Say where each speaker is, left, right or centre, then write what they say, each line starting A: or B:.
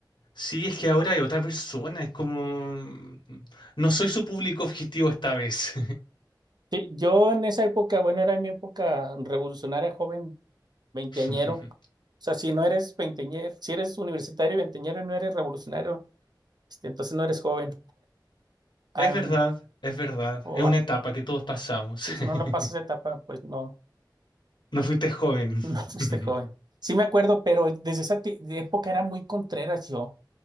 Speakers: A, on the left; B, on the right.
A: sí, es que ahora hay otra persona. Es como... mm, No soy su público objetivo esta vez.
B: Sí, yo en esa época, bueno, era mi época revolucionaria, joven, veinteañero.
A: <laughs>
B: O sea, si no eres veinteañero, si eres universitario y veinteañero y no eres revolucionario, este, entonces no eres joven. Am,
A: Es verdad, es verdad.
B: o
A: Es una
B: a-
A: etapa que todos pasamos.
B: sí, si
A: <laughs>
B: no la pasas esa etapa, pues no,
A: No fuiste joven.
B: <laughs> no fuiste
A: <laughs>
B: joven. Sí me acuerdo, pero desde esa ti- de época era muy contreras yo.